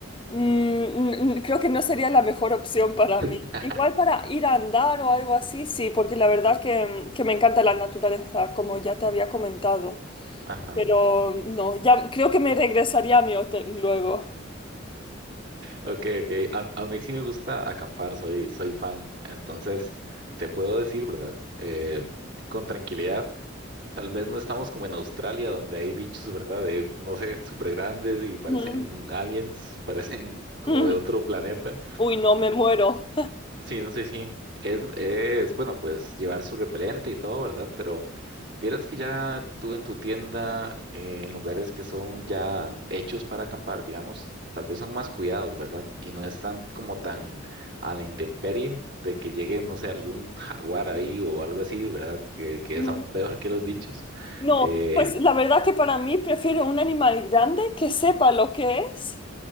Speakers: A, on the left; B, on the right.
A: mm, n- n- creo que no sería la mejor opción para mí.
B: <laughs>
A: Igual para ir a andar o algo así, sí, porque la verdad que, mm, que me encanta la naturaleza, como ya te había comentado.
B: Ajá.
A: Pero no, ya creo que me regresaría a mi hotel luego.
B: Ok, ok. A, a mí sí me gusta acampar, soy, soy fan. Entonces, te puedo decir, ¿verdad? Eh, con tranquilidad, tal vez no estamos como en Australia, donde hay bichos, ¿verdad? De, no sé, súper grandes y parecen
A: Ujú.
B: aliens, <laughs> parecen como
A: Ujú.
B: de otro planeta.
A: Uy, no, me muero.
B: Sí, no sé, sí. Es, es, bueno, pues llevar su repelente y todo, ¿verdad? Pero vieras que ya tú en tu tienda, eh, en lugares que son ya hechos para acampar, digamos, tal vez son más cuidados, ¿verdad? Y no están como tan a la intemperie de que llegue, no sé, algún jaguar ahí o algo así, ¿verdad? Que, que
A: Ujú.
B: es aún peor que los bichos.
A: No,
B: Eh,
A: pues la verdad que para mí prefiero un animal grande que sepa lo que es,